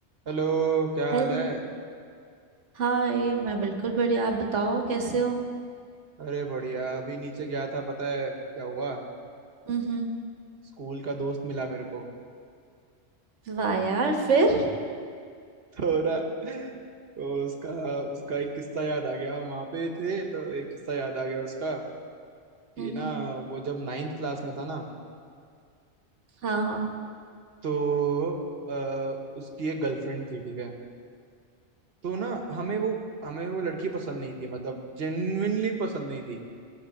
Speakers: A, on the right; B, on the right.
A: Hello क्या हाल
B: Hello
A: है
B: Hi मैं बिल्कुल बढ़िया आप बताओ कैसे हो
A: अरे बढ़िया अभी नीचे गया था पता है क्या हुआ
B: हम्म हम्म
A: स्कूल का दोस्त मिला मेरे को
B: वाह यार फिर
A: थोड़ा तो उसका उसका एक किस्सा याद आ गया हम वहाँ पे थे तो एक किस्सा याद आ गया उसका कि
B: हम्म
A: ना वो जब नाइन्थ क्लास में था ना
B: हाँ हाँ
A: तो अ, उसकी एक गर्लफ्रेंड थी ठीक है तो ना हमें वो हमें वो लड़की पसंद नहीं थी मतलब जेन्युइनली पसंद नहीं थी